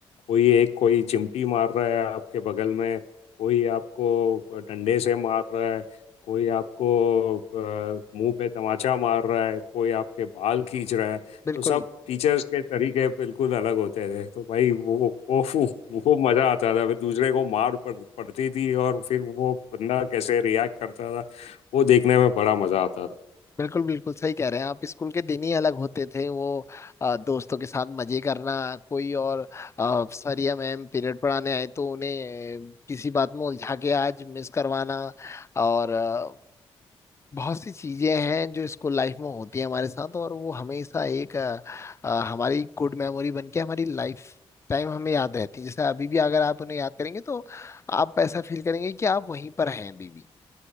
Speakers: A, on the left (about 85°); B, on the left (about 25°).
A: कोई एक कोई चिमटी मार रहा है आपके बगल में कोई आपको डंडे से मार रहा है कोई आपको अ, मुंह पे तमाचा मार रहा है कोई आपके बाल खींच रहा है
B: बिल्कुल
A: तो सब टीचर्स के तरीके बिल्कुल अलग होते थे तो भाई वो वो वो मज़ा आता था फिर दूसरे को मार पड़, पड़ती थी और फिर वो बंदा कैसे रिएक्ट करता था वो देखने में बड़ा मज़ा आता था
B: बिल्कुल बिल्कुल सही कह रहे हैं आप स्कूल के दिन ही अलग होते थे वो अ, दोस्तों के साथ मजे करना कोई और अ, सर या मैम पीरियड पढ़ाने आए तो उन्हें अ, किसी बात में उलझा के आज मिस करवाना और अ, बहुत सी चीजें हैं जो स्कूल लाइफ में होती हैं हमारे साथ और वो हमेशा एक अ, अ, हमारी गुड मेमोरी बन के हमारी लाइफ टाइम हमें याद रहती है जैसे अभी भी अगर आप उन्हें याद करेंगे तो आप ऐसा फील करेंगे कि आप वहीं पर हैं अभी भी